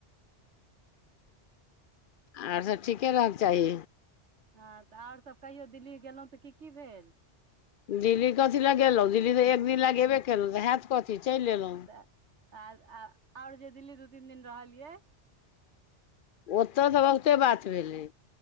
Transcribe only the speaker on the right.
हँ तऽ आओर सभ कहियो दिल्ली गेलहुँ तऽ की की भेल
त आ आ और जे दिल्ली दु तीन दिन रहल कियै?